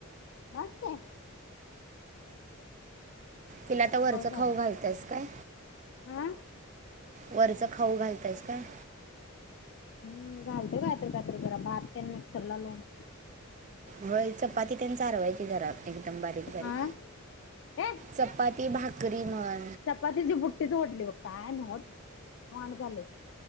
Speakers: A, on the left (about 60°); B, on the right (about 35°).
A: बास के.
B: तिला
A: लय
B: आता
A: आगाव
B: वरचं
A: झाल्या
B: खाऊ घालत्यास काय?
A: हा
B: वरचं खाऊ घालत्यास काय?
A: हम. घालतो कायतर कायतर जरा भाततेन मिक्सर ला लावुन.
B: होय. चपाती तेन चारवायची जरा एकदम बारीक बारीक
A: हा ए
B: चपाती भाकरी म्हणं
A: चपातीची बुट्टीच वढली बघ. काय नव्हचं मॉड झालयं.